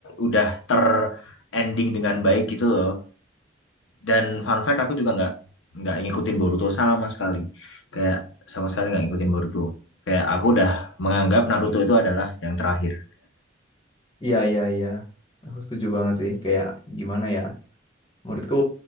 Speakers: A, on the left; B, on the left.
A: udah terending dengan baik gitu loh. Dan fun fact aku juga nggak nggak ngikutin Boruto sama sekali. Kayak sama sekali nggak ngikutin Boruto. Kayak aku udah menganggap Naruto itu adalah yang terakhir.
B: iya iya iya. Aku setuju banget sih. Kayak gimana ya? Menurutku